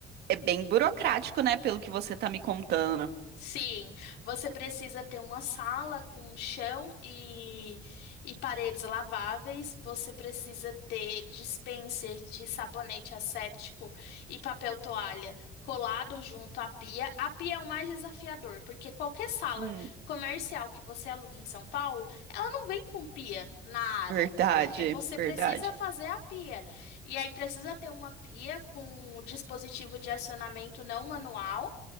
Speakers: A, on the right (about 75°); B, on the left (about 85°).
A: é bem burocrático, né? Pelo que você tá me contando.
B: Sim, você precisa ter uma sala com chão e, e paredes laváveis. Você precisa ter dispenser de sabonete asséptico e papel toalha colado junto à pia. A pia é o mais desafiador, porque qualquer sala
A: Hum,
B: comercial que você alugue em São Paulo, ela não vem com pia na área.
A: verdade,
B: É, é você
A: verdade.
B: precisa fazer a pia. E aí precisa ter uma pia com dispositivo de acionamento não manual.